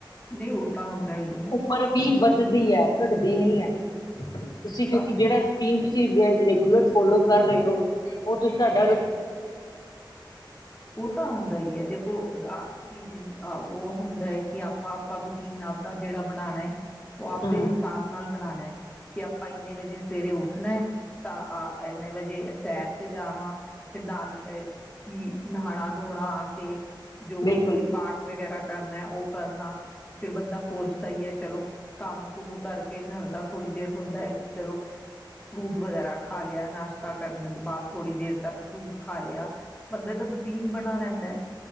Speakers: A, on the left; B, on the left.
A: ਨਈ ਉਹ ਤਾਂ ਹੁੰਦਾ ਈ ਐ।
B: ਮਰ ਵੀੀ ਵੱਧਦੀ ਹੈ ਘਟਦੀ ਨਹੀਂ ਹੈ ਤੁਸੀਂ ਕਿਉਂਕਿ
A: ਸਭ
B: ਜਿਹੜਾ ਨ ਤੁਸੀਂ ਰੈਗੂਲਰ ਫੋਲੋ ਕਰ ਰਹੇ ਹੋ ਉਹ ਤੁਸੀ ਤੁਡਾ
A: ਉਹ ਤਾਂ ਹੁੰਦਾ ਹੀ ਹੈ ਦੇਖੋ ਆਪ ਦੀਦੀ ਆਹ ੋ ਹਮ ਕਿ ਆਪਾਂ ਆਪਾਂ ਰੂਟੀਨ ਆਪਦਾ ਜਿਹੜਾ ਬਣਾਉਣਾ ਹੈ ਉਹ ਆਪਦੇ
B: ਹੂੰ,
A: ਹਿਸਾਬ ਨਾਲ ਬਣਾ ਕੇ ਕਿ ਆਪਾਂ ਇੰਨੇ ਵਜੇ ਸਵੇਰੇ ਉੱਠਣਾ ਹੈ ਤਾਂ ਆ ਇੰਨੇ ਵਜੇ ਸੈਰ ਤੇ ਜਾਣਾ ਫਿਰ ਨਾਲ ਕੀ ਨਹਾਣਾ ਦੋਣਾ ਆ ਕੇ ਜੋ
B: ਬਿਲਕੁਲ
A: ਤੁਸੀਂ ਪਾਠ ਵਗੈਰਾ ਕਰਨਾ ਉਹ ਕਰਨਾ ਫਿਰ ਬੰਦਾ ਸੋਚਦਾ ਹੀ ਹੈ ਚਲੋ ਕੰਮ ਕੁਮ ਕਰਕੇ ਘਰ ਦਾ ਥੋੜ੍ਹੀ ਦੇਰ ਹੁੰਦਾ ਹੈ ਕਿ ਚਲੋ ਫਰੂਟ ਵਗੈਰਾ ਖਾ ਲਿਆ ਨਾਸ਼ਤਾ ਕਰਨ ਦੇ ਬਾਅਦ ਥੋੜ੍ਹੀ ਦੇਰ ਤੱਕ ਫਰੂਟ ਖਾ ਲਿਆ ਬੰਦੇ ਤਾਂ ਨ ਬਣਾ ਰਹਿੰਦਾ ਹੈ